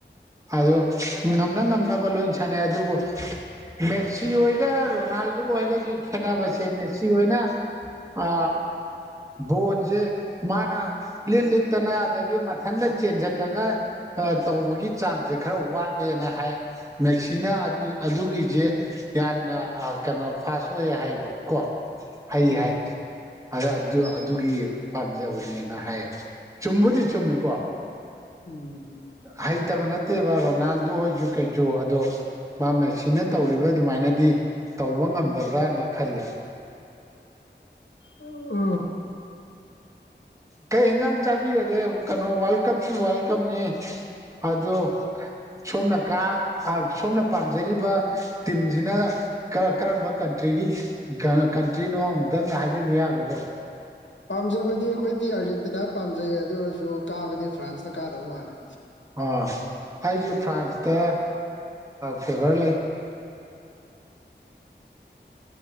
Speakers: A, on the right; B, on the left.
A: ꯑꯗꯣ ꯉꯝꯅ ꯉꯝꯅꯕ ꯂꯣꯏ ꯁꯥꯟꯅꯩ ꯑꯗꯨꯕꯨ ꯃꯦꯠꯁꯤ ꯍꫭꯏꯒ ꯔꯣꯅꯥꯜꯗꯣ ꯑꯣꯏꯒꯒꯤ ꯈꯦꯠꯅꯕꯁꯦ ꯃꯦꯁꯤ ꯑꯣꯏꯅ ꯑ ꯕꯣꯟꯁꯦ ꯃꯥꯅ ꯂꯤꯠ ꯂꯤꯠꯇꯅ ꯑꯗꯒꯤ ꯃꯊꯟꯇ ꯆꯦꯟꯁꯤꯜꯂ ꯇꯧꯕꯒꯤ ꯆꯥꯡꯁꯦ ꯈꯔ ꯋꯥꯠꯂꯦꯅ ꯍꯥꯏ ꯃꯦꯁꯤꯅ ꯑꯗꯨꯒꯤꯁꯦ ꯌꯥꯝꯅ ꯀꯩꯅꯣ ꯐꯥꯁ ꯑꯣꯏꯌꯦ ꯍꯥꯏꯕ ꯀꯣ ꯍꯩ
B: ꯎꯝ
A: ꯍꯥꯏ ꯑꯗ ꯑꯗꯨ ꯑꯗꯨꯒꯤ ꯄꯥꯝꯖꯕꯅꯦꯅ ꯍꯥꯏ ꯆꯨꯝꯕꯨꯗꯤ ꯆꯨꯝꯃꯤꯀꯣ
B: ꯎꯝ
A: ꯍꯩꯇꯕ ꯅꯠꯇꯦꯕ ꯔꯣꯅꯥꯜꯗꯨ ꯍꯣꯏꯁꯨ ꯀꯩꯁꯨ ꯑꯗꯣ ꯃꯥ ꯃꯦꯁꯤꯅ ꯇꯧꯔꯤꯕ ꯑꯗꯨꯃꯥꯏꯅꯗꯤ ꯇꯧꯕ ꯉꯝꯗꯕ꯭ꯔꯅ ꯈꯜꯂꯦ
B: ꯑꯣ
A: ꯀꯩ ꯌꯦꯟꯖꯥꯡ ꯆꯥꯕꯤꯔꯒꯦ ꯀꯩꯅꯣ ꯋꯥꯔꯜ ꯀꯞꯁꯨ ꯋꯥꯔꯜꯗ ꯀꯞꯅꯤ ꯑꯗꯣ ꯁꯣꯝꯅ ꯀꯥ ꯁꯣꯝꯅ ꯄꯥꯝꯖꯔꯤꯕ ꯇꯝꯖꯤꯅ ꯀꯔꯝꯕ ꯀꯟꯇ꯭ꯔꯤꯒꯤ ꯀꯟꯇ꯭ꯔꯤꯅꯣ ꯑꯨꯛꯇꯪ ꯍꯥꯏꯕꯤꯕ ꯌꯥꯒꯗ꯭ꯔꯣ
B: ꯄꯥꯝꯖꯕꯗꯤ ꯑꯩꯈꯣꯏꯗꯤ ꯑꯥꯔꯖꯦꯟꯇꯤꯅꯥ ꯄꯥꯝꯖꯩ ꯑꯗꯨ ꯑꯣꯏꯔꯁꯨ ꯀꯥꯕꯗꯤ ꯐ꯭ꯔꯥꯟꯁꯇ ꯀꯥꯗꯧ ꯃꯥꯜꯂꯦ
A: ꯑꯣ ꯑꯩꯁꯨ ꯐ꯭ꯔꯥꯟꯁꯇ ꯐꯦꯚꯔ ꯂꯩ